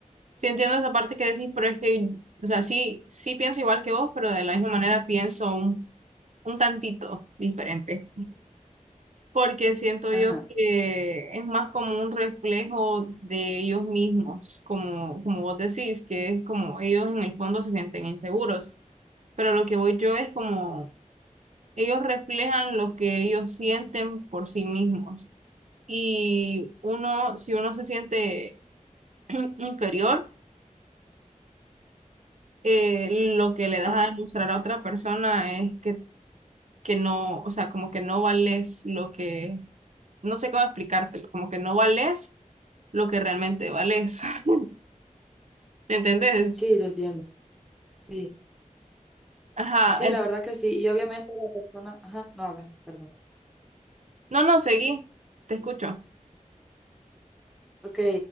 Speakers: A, on the right; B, in the centre.
A: Sí entiendo esa parte que decís, pero es que, o sea, sí, sí pienso igual que vos, pero de la misma manera pienso un, un tantito diferente, porque siento
B: Ajá.
A: yo que es más como un reflejo de ellos mismos, como, como vos decís, que es como ellos en el fondo se sienten inseguros, pero lo que voy yo es como ellos reflejan lo que ellos sienten por sí mismos. Y uno, si uno se siente <clears throat> inferior, eh, lo que le das
B: Ah,
A: a demostrar a otra persona es que, que no, o sea, como que no vales lo que, no sé cómo explicártelo, como que no vales lo que realmente vales. <laughs> ¿Entendés?
B: sí, te entiendo. Sí,
A: Ajá.
B: sí,
A: en-
B: la verdad que sí. Y obviamente la persona, ajá, no habla, perdón.
A: no, no, seguí. Te escucho.
B: Ok,